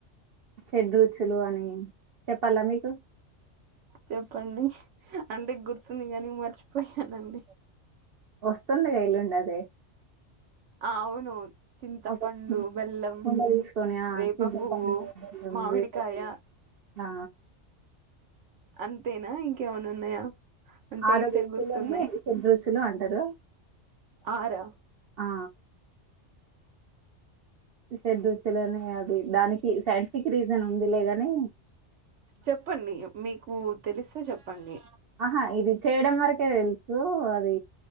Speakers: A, on the right (about 60°); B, on the right (about 80°).
A: చెడ రుచులు అని చెప్పాలా మీకు
B: చెప్పండి అంటే గుర్తుంది కానీ మర్చిపోయానండి
A: వస్తుందిగా ఎల్లుండి అదే
B: ఆ అవును చింతపండు
A: ఒక
B: బెల్లం
A: కుండ తీసుకొని ఆ
B: వేప
A: చింత
B: పువ్వు
A: పండు బెల్లం
B: మామిడికాయ
A: వేప పువ్వు ఆ
B: అంతేనా ఇంకేమైనా ఉన్నాయా అంటే
A: ఆరు
B: ఇంత
A: రుచులని
B: గుర్తున్నాయి
A: షడ్రుచులు అంటారు
B: ఆరా
A: ఆ షడూచలోనే అది దానికి సైంటిఫిక్ రీజన్ ఉంది లేగాని
B: చెప్పండి మీకు తెలిస్తే చెప్పండి
A: ఆహా ఇది చేయడం వరకే తెలుసు అది